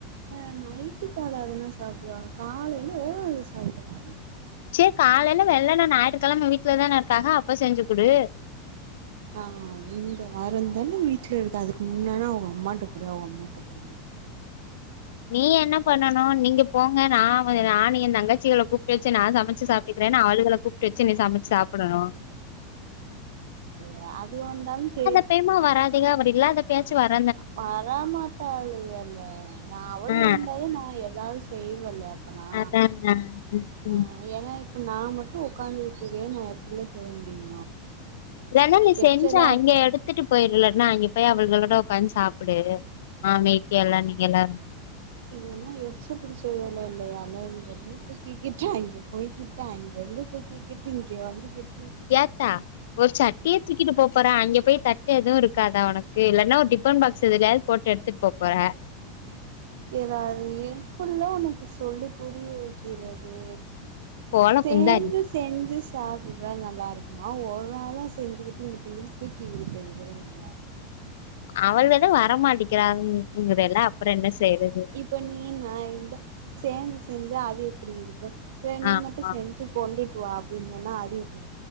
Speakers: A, on the right; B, on the left.
A: அ நைட்டு பால் அதுனா சாப்டுவாங்க காலைல அது சாப்டுவா
B: சேர் காலைல வெள்ளன ஞாயிற்றுக்கெழம வீட்லதான இருக்காக அப்ப செஞ்சு குடு
A: ஆ அந்த வாரந்தான வீட்ல இருக்க அதுக்கு முன்னனா அவுங்க அம்மான்ட்ட போற அவுங்க அம்மாட்ட போற
B: நீ என்னப் பண்ணனு நீங்க போங்க நா வ நானு எந் தங்கச்சிகள கூப்ட்டு வெச்சு நா சமச் ச்சு சாப்ட்டுகிறேனு அவுளுகள கூப்ட்டு வெச்சு நீ சமச்சு சாப்புடணு
A: ஆ அது வந்தாலு சே
B: அப்பைமா வராதீங்க அவர் இல்லாதப் பயாச்சி வர
A: வரமாட்டாளுகல்ல நா அவளுக
B: ஆ
A: இருந்தாதா நா எதாவ்து செய்வல்ல டனா
B: அதாங்க ம் ம்
A: அ ஏனா இப்ப நா மட்டு ஒக்காந்துருக்க இங்க நா எப்புல்ல செய்ய முடியு
B: வேணா நீ செஞ்சா
A: எரிச்சலா இருக்கு
B: அங்க எடுத் த்துட்டு போய்ரு இல்லாட்னா அங்க போய் அவளுகளோட உக்காந்து சாப்புடு ஆமைக்கு எல்லா நீங்க எல்லா
A: இது எல்லா எரிச்ச புடிச்ச வேல இல்லையா இத இங்கேர்ந்து தூக்குக்கிக்கிட்டு அங்க போயிக்கி ட்டு அங்கேர்ந்து தூக்கிக்கிட்டு இங்க வந்துக்கிட்
B: ஏத்தா ஒரு சட்டிய தூக்கிட்டு போப்போறா அங்க போய் தட்டு எதுவு இருக்காதா ஒனக்கு இல்லனா ஒரு டிஃபன் பாக் சதுலியாத் போட்டு எடுத்துட் போப்போற
A: எதாது இன் இப்பிடிலா ஒனக்கு சொல்லிப் புரிய வெக்கிறது
B: போல
A: சேந்துச்
B: குந்தாணி
A: செஞ்சு சாப்பிட்றா நல்லாருக்குமா ஒருவேள செஞ்சிகிட்டுங் கிட்டிங்கின் தூக்கிகிட்டு <inaudible>
B: அவளேதா வரமாட்டிகிறாங் இங்குதேல்ல அப்பறோ என்ன செய்றது
A: இப்போ நீ நா இருந்தா சேந்து செஞ்சா அது எப்டி இருக்கு சே நீ
B: ஆமா
A: மட்டு செஞ்சி கொண்டுட் வா அப்டின் சொன்னா அதுயுப்